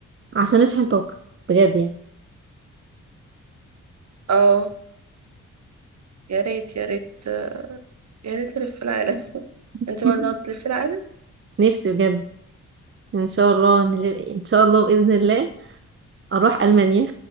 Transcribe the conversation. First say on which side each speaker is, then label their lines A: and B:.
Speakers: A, on the right; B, on the right.
A: عشان نشحن طاقه بجد يعني
B: اه يا ريت يا ريت آه، يا ريت نلف في العالم <laughs>
A: <laughs>
B: انت برضه عاوزة تلف في العالم
A: نفسي بجد ان شاء الله نل- ان شاء الله باذن الله اروح المانيا